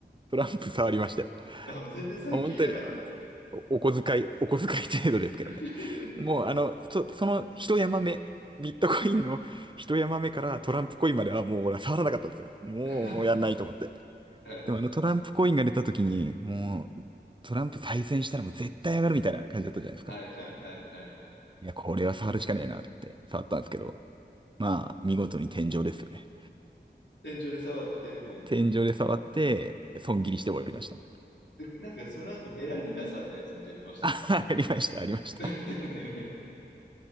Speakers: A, on the right (about 25°); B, on the left (about 80°).
A: トランプ触りましたよ。
B: あ、全然最近じゃないですか、
A: 本当に、
B: それ。
A: お、お小遣い、お小遣い程度ですけどね。
B: <laughs>
A: もう、あの、そ、その一山目、ビットコインの一山目からトランプコインまではもう俺は触らなかったんですよ。もうやんないと思って。
B: はい、
A: でもあのトランプコインが出た時に、もう、トランプ再選したらもう絶対上がるみたいな感じだったじゃないですか。
B: はいはいはいはいはい。
A: いや、これは触るしかねえなって触ったんですけど、まあ、見事に天井ですよね。
B: 天井で触って、もう、
A: 天井で触って、損切りして終わりました。
B: で、なんかその後メラニアさんのやつも出てましたもんね。
A: <laughs> ありました、ありました。
B: <laughs> だってね。